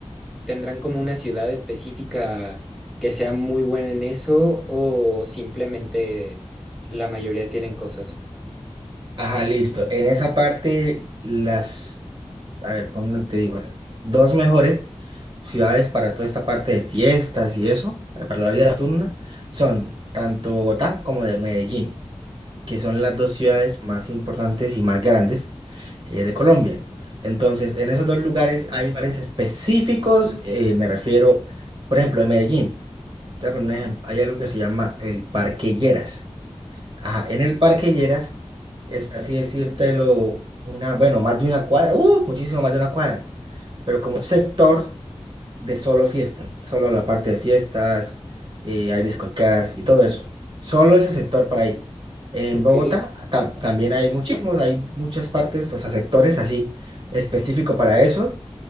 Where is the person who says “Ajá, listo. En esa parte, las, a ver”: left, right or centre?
Right